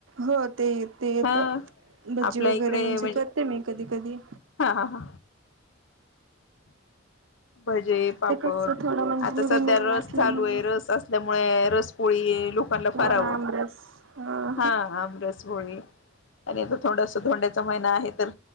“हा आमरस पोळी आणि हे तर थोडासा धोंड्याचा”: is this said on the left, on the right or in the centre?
Left